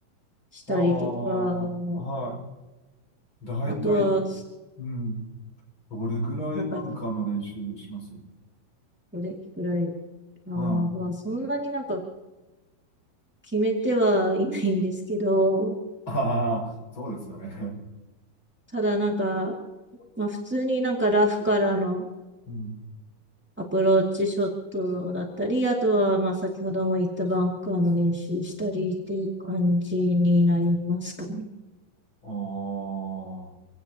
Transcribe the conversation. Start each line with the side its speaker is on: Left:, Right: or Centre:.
Centre: したりとか、
Left: ああ、はい。大体、
Centre: あとは、
Left: うん。どれぐらいバンカーの練習します
Centre: なんか、どれくらい、あー、
Left: はい。
Centre: まあ、そんなになんか決めてはいないんですけど、
Left: ああ、そうですよね。
Centre: ただなんか、まあ、普通になんかラフからの
Left: うん。
Centre: アプローチショットだったり、あとは、まあ、先ほども言ったバンカーの練習したりっていう感じになりますかね。
Left: ああ、